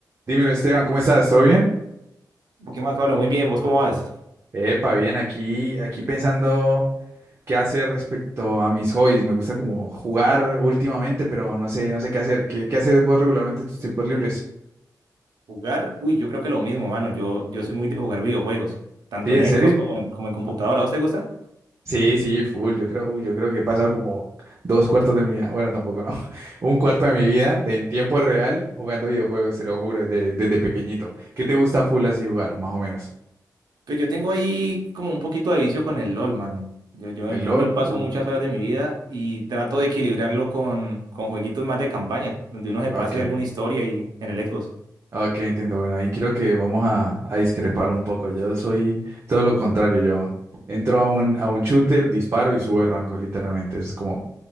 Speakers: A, on the right (about 40°); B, on the right (about 90°).
A: Dímelo, Esteban, ¿cómo estás? ¿Todo bien?
B: ¿Qué más, Pablo? Muy bien, ¿vos cómo vas?
A: Epa, bien, aquí, aquí pensando qué hacer respecto a mis hobbies. Me gusta como jugar últimamente, pero no sé, no sé qué hacer. ¿Qué, qué haces vos regularmente en tus tiempos libres?
B: Jugar, uy, yo creo que lo mismo, mano. Yo, yo soy muy de jugar videojuegos, tanto
A: ¿Sí,
B: en
A: en serio?
B: Xbox como en, como en computadora. ¿A vos te gusta?
A: Sí, sí, full. Yo creo, uy, yo creo que he pasado como dos cuartos de mi vida. Bueno, tampoco no. <laughs> Un cuarto de mi vida de en tiempo real jugando videojuegos, te lo juro, desde, desde pequeñito. ¿Qué te gusta full así jugar, más o menos?
B: Pues yo tengo ahí como un poquito de vicio con el LOL, mano. Yo, yo,
A: ¿El
B: yo
A: LOL?
B: en LOL paso
A: Uh,
B: muchas horas de mi vida y trato de equilibrarlo con, con jueguitos más de campaña, donde uno se pase
A: ok.
B: alguna historia y en el Xbox.
A: Ok, entiendo. Bueno, ahí creo que vamos a, a discrepar un poco. Yo soy todo lo contrario. Yo entro a un, a un shooter, disparo y subo de rango, literalmente. Eso es como